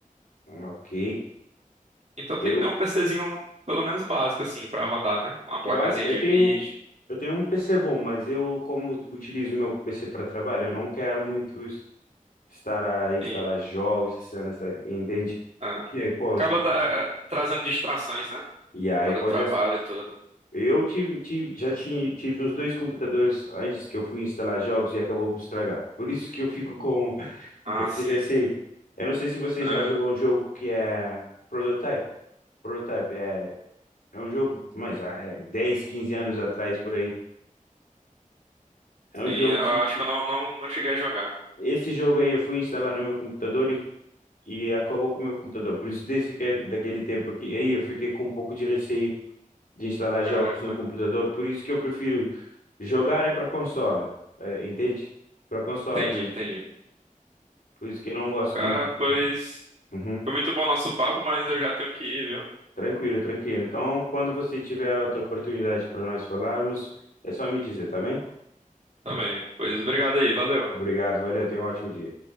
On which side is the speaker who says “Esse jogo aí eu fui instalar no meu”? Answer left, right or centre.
Left